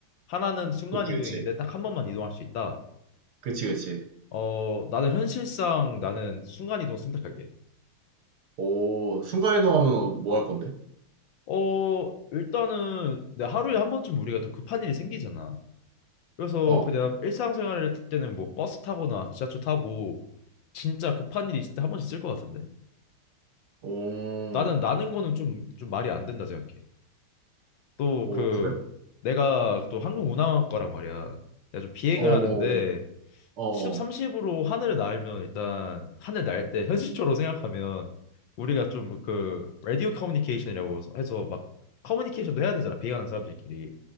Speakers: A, on the left (about 70°); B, on the right (about 65°).
A: 하나는 순간
B: 그치,
A: 이동인데
B: 그치.
A: 딱 한 번만 이동할 수 있다.
B: 그치, 그치.
A: 어, 나는 현실상 나는 순간 이동 선택할게.
B: 오 순간 이동하면 뭐 할 건데?
A: 어, 일단은 내 하루에 한 번쯤 우리가 더 급한 일이 생기잖아. 그래서
B: 어.
A: 그냥 일상생활을 했을 때는 뭐 버스 타거나 지하철 타고 진짜 급한 일이 있을 때 한 번씩 쓸 것 같은데
B: 오.
A: 나는 나는 거는 좀 좀 말이 안 된다 생각해 또
B: 오,
A: 그
B: 그래?
A: 내가 또 항공운항학과란 말이야 내가 좀 비행을
B: 어,
A: 하는데
B: 어, 어.
A: 시속 30으로 하늘을 날면 일단 하늘 날 때 <laughs> 현실적으로 생각하면 우리가 좀 그 라디오 커뮤니케이션이라고 해서 막 커뮤니케이션도 해야 되잖아 비행하는 사람들끼리